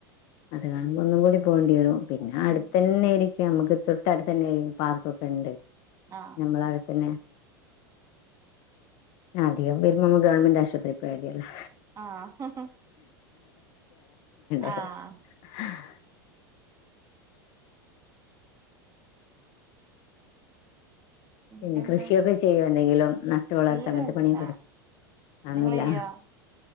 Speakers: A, on the left; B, on the right.
A: അത് കാണുമ്പോ ഒന്നും കൂടി പോണ്ടി വരും പിന്നെ അടുത്ത
B: ഉം
A: തന്നെയേന് പക്ഷെ നമുക്ക് തൊട്ടടു തന്നെ ന് പാർക്കൊക്കെ ഉണ്ട്
B: ആഹ്
A: നമ്മള അടുത്തന്നെ അധികം വരുമ്പോമ്മ ഗവൺമെന്റ് ആശുപത്രി പോയാ തിയല്ലോ
B: ആഹ്
A: <unintelligible>
B: ആഹ് പിന്നെന്താ
A: പിന്നെ കൃഷിയൊക്കെ ചെയ്യോ എന്തെങ്കിലും നട്ട് വളർത്ത്
B: ഇല്ല
A: അങ്ങനത്തെ
B: ഇല്ല
A: പണിയൊക്കെ ഇടും അന്നുല്ല
B: നിങ്ങള് ചെയ്യോ